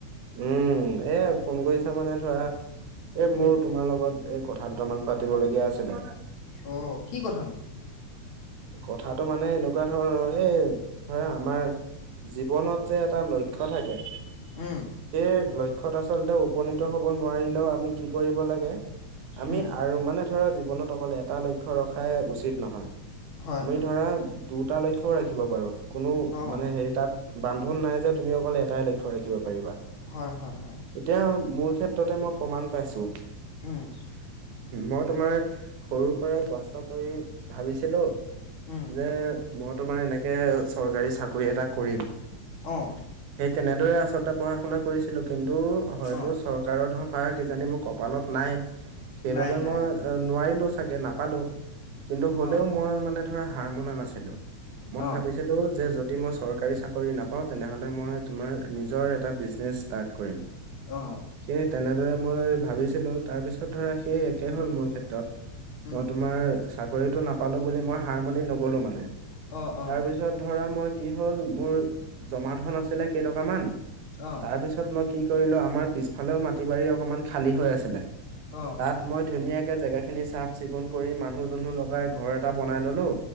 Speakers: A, on the right; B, on the left.
A: উম এ ফোন কৰিছা মানে ধৰা এ
B: উম
A: মোৰ তোমাৰ লগত এ কথা দুটামান পাতিবলগীয়া আছিলে।
B: অ কি কথা নো
A: কথাটো মানে এনেকুৱা ধৰণৰ এ ধৰা আমাৰ জীৱনত যে এটা লক্ষ্য থাকে।
B: উম
A: সেই লক্ষ্যত আচলতে উপনীত হব নোৱাৰিলেও আমি কি কৰিব লাগে। আমি
B: উম
A: আৰু মানে ধৰা জীৱনত অকলে এটা লক্ষ্য ৰখাই উচিত নহয়।
B: হয়
A: আমি
B: হয়
A: ধৰা
B: হয়
A: দুটা লক্ষ্য ৰাখিব পাৰো কোনো
B: অ
A: মানে হেৰি তাত। বান্ধোন নাই যে তুমি অকল এটাই লক্ষ্য ৰাখিব পাৰিবা।
B: হয় হয় হয়
A: এতিয়া মোৰ ক্ষেত্ৰতে মই প্ৰমাণ পাইছো।
B: উম
A: মই তোমাৰ সৰুৰ পৰাই কষ্ট কৰি ভাবিছিলো
B: উম
A: যে। মই তোমাৰ এনেকে চৰকাৰী চাকৰি এটা কৰিম।
B: অঁ
A: সেই তেনেদৰে আচলতে পঢ়া শুনা কৰিছিলো কিন্তু হয়তো
B: অ
A: চৰ চৰকাৰী ধন খোৱাৰ কিজানি মোৰ কপালত নাই সেইবাবে
B: নাই নাই
A: মই
B: হয়
A: নোৱাৰিলো চাগে নাপালো। কিন্তু হলেও
B: অ
A: মই মানে ধৰা হাৰ মনা নাছিলো মই
B: অ
A: ভাবিছিলো যে যদি মই চৰকাৰী চাকৰি নাপাওঁ তেনেহলে মই তোমাৰ নিজৰ মানে এটা বিজনেচ ষ্টাৰ্ট কৰিম।
B: অ
A: সেই তেনেদৰে মই ভাবিছিলো তাৰ পিছত ধৰা সেই একে
B: উম
A: হ'ল মোৰ ক্ষেত্ৰত
B: উম
A: মই তোমাৰ চাকৰিটো নাপালো বুলি মই হাৰ মানি নগলো মানে
B: অ অ
A: তাৰপিছত ধৰা মই। কি হ'ল মোৰ জমা ধন আছিলে কেইটকা মান।
B: অ
A: তাৰ পিছত মই কি কৰিলো আমাৰ পিছফালেও মাটি বাৰী অকমান খালী হৈ আছিলে
B: অ',
A: তাত মই ধুনীয়াকে জেগাখিনি চাফ চিকুণ কৰি মানুহ দুনুহলগাই ঘৰ এটা বনাই ললো।